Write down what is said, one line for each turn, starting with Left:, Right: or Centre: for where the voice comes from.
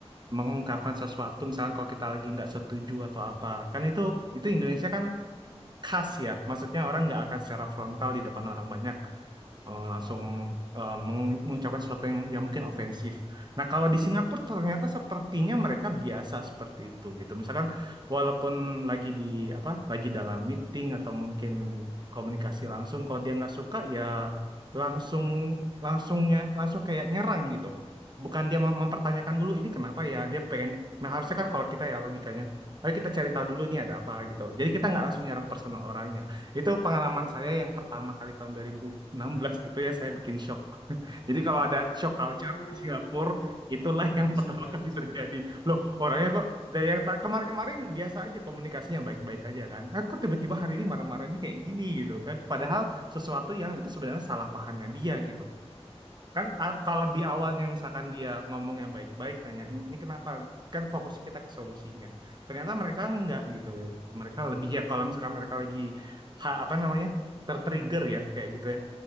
Right: mengungkapkan sesuatu misalnya kalau kita lagi nggak setuju atau apa. Kan itu itu Indonesia kan khas ya. Maksudnya orang nggak akan secara frontal di depan orang banyak eh, langsung eh, meng- mengucapkan sesuatu yang, yang mungkin ofensif. Nah, kalau di Singapura ternyata sepertinya mereka biasa seperti itu gitu. Misalkan walaupun lagi di apa, lagi dalam meeting atau mungkin komunikasi langsung, kalau dia nggak suka ya langsung langsungnya langsung kayak nyerang gitu. Bukan dia mem- mempertanyakan dulu ini kenapa ya, dia pengen. Nah, harusnya kan kalau kita ya logikanya, ayo kita cari tahu dulu ini ada apa gitu. Jadi kita nggak langsung nyerang personal orangnya. Itu pengalaman saya yang pertama kali tahun 2016 itu yang saya bikin shock. Jadi kalau ada shock culture
Left: Oh,
Right: di Singapura, itulah yang <laughs>
Left: so
Right: pertama
Left: culture.
Right: kali terjadi. Loh, orangnya kok dari yang ta- kemarin-kemarin biasa aja komunikasinya baik-baik aja kan. Nah, kok tiba-tiba hari ini marah-marahnya kayak gini gitu kan. Padahal sesuatu yang itu sebenarnya salah pahamnya dia gitu kan a- kalau di awalnya misalkan dia ngomong yang baik-baik nanya ini ini kenapa kan fokusnya kita ke solusinya ternyata mereka enggak gitu mereka lebih ya kalau misalkan mereka lagi ha- apa namanya tertrigger ya kayak gitu ya